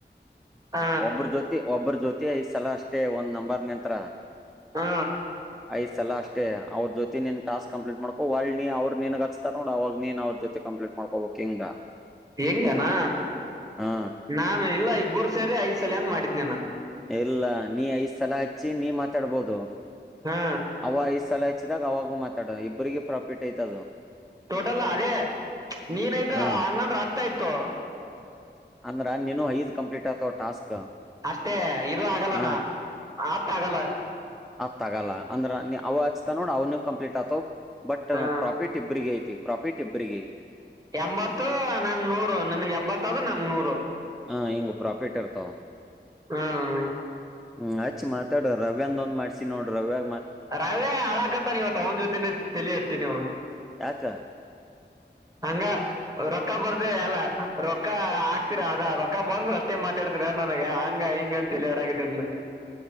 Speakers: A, on the right; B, in the centre.
A: ಹ
B: ಒಬ್ಬ್ರ ಜ್ಯೋತಿ ಒಬ್ಬ್ರ ಜ್ಯೊತಿಯ ಈ ಸಲ ಅಷ್ಟೇ ಒಂದು್ ನಂಬರ್ ನಂತ್ರ
A: ಹಾ
B: ಐ್ ಸಲ ಅಷ್ಟೇ ಅವ್ರ ಜೊತಿ ನೀನ್ ಟಾಸ್ಕ್ ಕಂಪ್ಲೀಟ್ ಮಾಡಕೋ ವ ನೀ ಅವ್ರು ನೀನ್ ಹಚ್ಸ್ತಾರ ನೋಡ ಅವಾಗ ನೀ ಅವ್ರ ಜೊ ಕಂಪ್ೀಟ್ ಮಾಡ್ಕೋ ಕಂಗ್ಾ
A: ಹೆಂಗಗೆನಾ
B: ಹಾ
A: ನಾನು ಇಲ್ಲ ಇಬ್ಬರು ಸೇರಿ ಐದ್ ಸಲ ಅನ್ ಮಾಡಿದ್ನಾನ
B: ಇಲ್ಲ ನೀ ಐದ್ ಸಲ ಹಚ್ಚಿ ನೀ ಮಾತಾಡ್ಬೋದು
A: ಹಾ
B: ಅವ ಐದ್ ಸಲ ಹಚ್ಚಿದಾಗ ಆವಾಗ ಮಾತಾಡೋ ಇಬರಿಗೆ ಪ್ರಾಫಿಟ್ ಯ್ತದು
A: ಟೋಟಲ್ ಅದೇ ನೀನ್ಯ್ತ
B: ಹಾ
A: ಹಂಗಂದ್ರೆ ಹತ್ತಯ್ತು
B: ಅಂದ್ರ ನೀನು ಐದ್ ಕಂಪ್ಲೀಟ್ ಆತವ ಟಾಸ್ಕ್
A: ಅಷ್ಟೇ ಇಲ್ ಆಗಲ್ಲನ
B: ಹ
A: ಆತ ಆಗಲ್ಲ
B: ಆತ್ ಆಗಲ್ಲ ಅಂದ್ರ ನೀ ಅವ ಆಚ್ತ ನೋಡ ಅವನ ಕಂಪ್ಲೀಟ್ ಆತವ್ ಬಟ್
A: ಹಾ
B: ಪ್ರಾಫಿಟ್ ಇಬ್ರಗ ಪ್ರಾಫಿಟ್ ಇಬ್ಬ್ರರಿಗೆ
A: ಎಂಬತ್ತು ನಂಗೆ ನೂರು ನಿನ್ಗೆ ಎಂಬತ್ತದು ನಂಗೆ ನೂರು
B: ಹ ಹಂಗ ಪ್ರಾಫಿಟ್ ಇರ್ತಾವ
A: ಹ್ಮ್
B: ಹ್ಮ್ ಮಾತಾಡ ರವ್ಯಂದ ಮಾಡಸಿ ನೋಡ್ರ ರವ್ಯಾ
A: ರಾವೇ ಹಳಕತಾನ ಇವತ್ತು ಅವನ ಜೊತೆನೆ ತಲಿ ಹಡ್ತೀನಿ ಅವ
B: ಯಾಕ
A: ಹಂಗ ರೊಕ್ಕ ಬರ್ದ ಎಲ್ಲ ರೊಕ್ಕ ಆಕ್ತೀರ ಅದ ರೊಕ್ಕ ಬಂದು ಅಷ್ಟೇ ಮಾತಾಡ್ ದ್ರ ನನಗೆ ಹಂಗ ಹಿಂಗ ಅಂತ್ ತಲೆ ಆಡಕತ್ತೈತ್ಲೆ